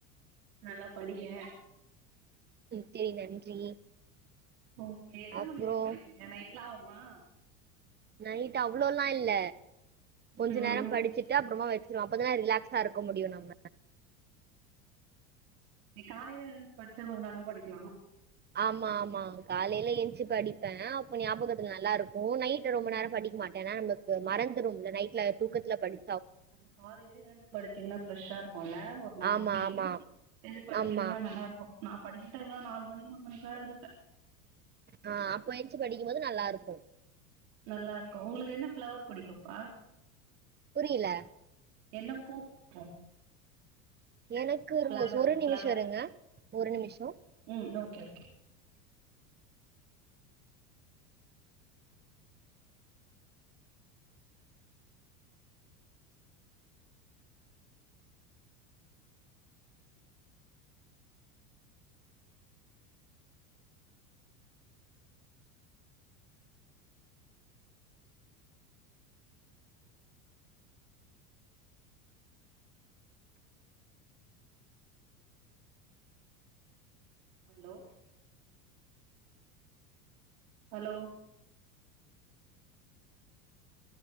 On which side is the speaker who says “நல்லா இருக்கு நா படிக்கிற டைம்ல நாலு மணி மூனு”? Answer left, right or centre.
Right